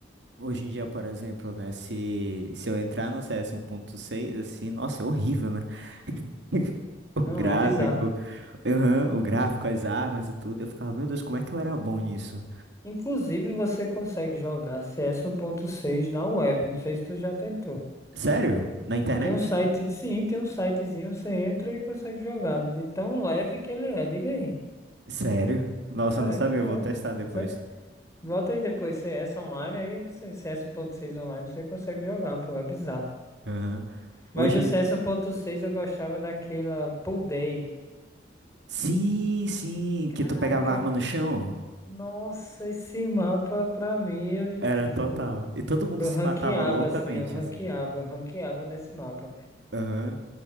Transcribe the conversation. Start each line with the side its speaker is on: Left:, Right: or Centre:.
Right: hoje em dia, por exemplo, né, se, se eu entrar no C S um ponto seis, assim, nossa, é horrível, né? <laughs> O
Left: Não,
Right: gráfico,
Left: é bizarro.
Right: aham, o gráfico, as armas e tudo. Eu ficava, meu Deus, como é que eu era bom nisso?
Left: Inclusive, você consegue jogar CS seis na web. Não sei se tu já tentou.
Right: Sério? Na internet?
Left: Tem um site, sim, tem um sitezinho, você entra e consegue jogar. De tão leve que ele é, diga aí.
Right: Sério? Nossa,
Left: Sério,
Right: eu não sabia, eu
Left: sério,
Right: vou testar depois.
Left: sério. Bota aí depois CS online, aí você, CS seis online, você consegue jogar, pô, é bizarro.
Right: Aham.
Left: Mas
Right: Hoje
Left: o
Right: em
Left: C
Right: dia.
Left: S um ponto seis eu gostava daquela Pool Day.
Right: Sim, sim,
Left: Caraca,
Right: que tu pegava a arma no chão.
Left: nossa, esse mapa pra mim, eu,
Right: Era
Left: tipo,
Right: total. E todo mundo
Left: eu
Right: se
Left: ranqueava
Right: matava loucamente,
Left: assim, eu ranqueava,
Right: assim.
Left: eu ranqueava nesse mapa, velho.
Right: Aham,